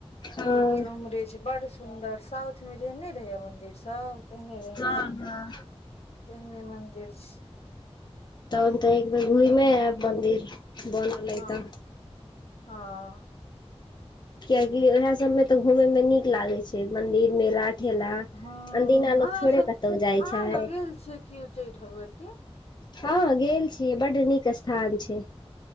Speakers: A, on the left; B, on the left.
A: हँ
B: लेकिन उम्हरे छै बड़ सुन्दर साउथ मे जेहने रहैया मन्दिर सब तेहने रहै
A: हँ
B: छै। तेहने मन्दिर छै।
A: तब तऽ एक बेर घुमे आयब मदिर, बनल अई
B: हँ
A: त।
B: हँ।
A: कियकि ओएह सब में तऽ घूमे में नीक लागे छै मंदिर मेला ठेला
B: हँ
A: अनदिना लोक
B: अहाँ
A: थोड़े
B: सब
A: कतहु जाइ
B: अहाँ
A: छै?
B: सब गेल छियै कि उच्चैठ भगव ती।
A: हँ गेल छी बड नीक स्थान छै।